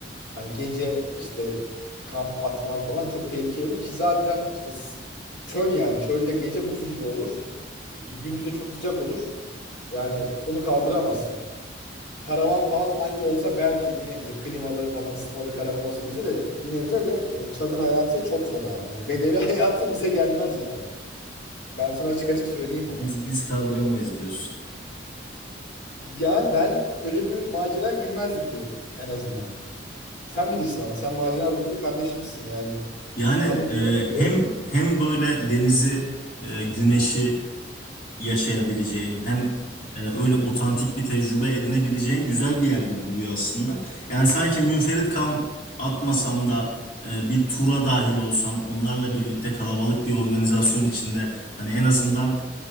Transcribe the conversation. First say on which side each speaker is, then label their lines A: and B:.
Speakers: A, on the left; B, on the left.
A: Hani gece işte kamp atman falan çok tehlikeli olur ki zaten işte s- çöl yani çölde gece buz gibi olur. Ki Gündüz de çok sıcak olur. Yani onu kaldıramazsın. Karavan falan anca olsa belki bir nebze klimalı falan ısıtmalı karavan olsa bize de bir nebze de e, çadır hayatı çok zor abi. Yani bedevi <laughs> hayatı bize gelmez yani. Ben sana açık açık söyleyeyim bunu.
B: Biz biz kaldıramayız diyorsun.
A: Yani ben öyle bir macera girmezdim diyorum en azından. Sen bilirsin ama sen macera ruhlu bir kardeşimsin yani.
B: Yani
A: Kanın da
B: e,
A: akıyor.
B: hem hem böyle denizi, e, güneşi yaşayabileceğim, hem e, öyle otantik bir tecrübe edinebileceğim güzel bir yer gibi duruyor aslında. Yani sanki münferit kamp atmasam da e, bir tura dahil olsam, onlarla birlikte kalabalık bir organizasyon içinde hani en azından